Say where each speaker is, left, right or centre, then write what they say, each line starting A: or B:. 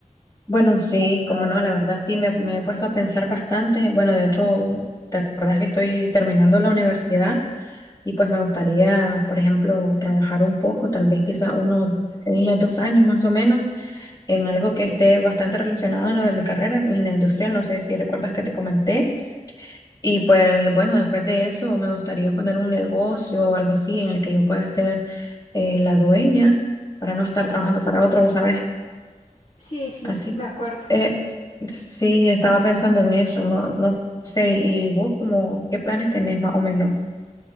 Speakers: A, on the left; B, on the left.
A: Bueno, sí, como no, la verdad sí, me, me he puesto a pensar bastante. Bueno, de hecho, te acordás que estoy terminando la universidad y pues me gustaría, por ejemplo, trabajar un poco, tal vez quizá uno, unos dos años más o menos, en algo que esté bastante relacionado a lo de mi carrera, en ingeniería industrial. No sé si recuerdas que te comenté. Y pues bueno, después de eso me gustaría poner un negocio o algo así en el que yo pueda ser eh, la dueña para no estar trabajando para otro, vos ¿sabes?
B: Sí, sí,
A: Así.
B: me acuerdo.
A: Eh, sí, estaba pensando en eso, no, no sé. ¿Y vos como qué planes tenés más o menos?